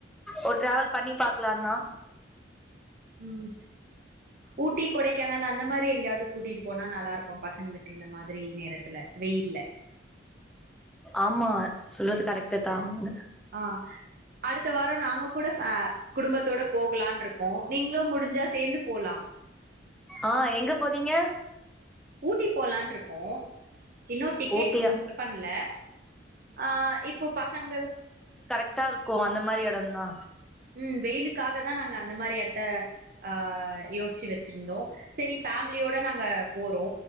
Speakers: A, in the centre; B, on the right.
A: ஒரு ட்ராவெல் பண்ணி பாக்லான்னா
B: உம் ஊட்டி கொடைக்கானல் அந்த மாரி எங்யாது கூட்டிட்டு போனா நல்லாருக்கு பசங்களுக்கு இந்த மாதிரி நேரத்துல வெயில்ல
A: ஆமா சொல்றது கரெக்ட்டு தாங்க
B: ஆஹ் அடுத்த வார நாங்க கூட ஃபே குடும்பத்தோட போகலான்ருக்கோ நீங்ளு முடிஞ்சா சேந்து போலா
A: ஆஹ் எங்க போறீங்க
B: ஊட்டி போலான்ருக்கோ இன்னு டிக்கெட்ஸ்
A: ஊட்டியா
B: புக் பண்ல ஆஹ் இப்போ பசங்கள்
A: ட்டா இருக்கு அந்த மாரி எடந்தா
B: உம் வெயிலுக்காக தா நாங்க அந்த மாரி எடத்த ஆஹ் யோஸ்ச்சு வச்சிருந்தோ செரி ஃபேம்லியோட நாங் க போறோ